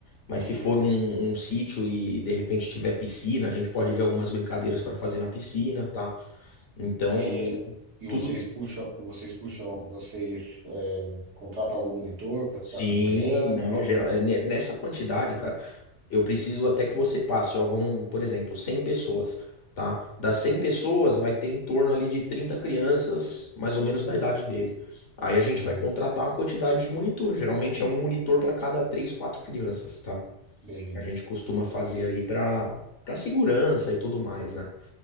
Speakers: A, on the left (about 85°); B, on the right (about 75°).
A: Mas
B: Uhum.
A: se for um, um sítio e de repente tiver piscina, a gente pode ver algumas brincadeiras para fazer na piscina, tá? Então,
B: E, e
A: tudo.
B: vocês puxam, e vocês puxam, vocês é, contratam algum monitor para
A: Sim,
B: ficar acompanhando?
A: não, geral, é ne- nessa quantidade, cara. Eu preciso até que você passe, ó, vão, por exemplo, 100 pessoas, tá? Das 100 pessoas vai ter em torno ali de 30 crianças, mais ou menos da idade dele. Aí a gente
B: Uhum.
A: vai contratar uma quantidade de monitor, geralmente é um monitor para cada 3, 4 crianças, tá?
B: Beleza.
A: A gente costuma fazer aí para para segurança e tudo mais, né?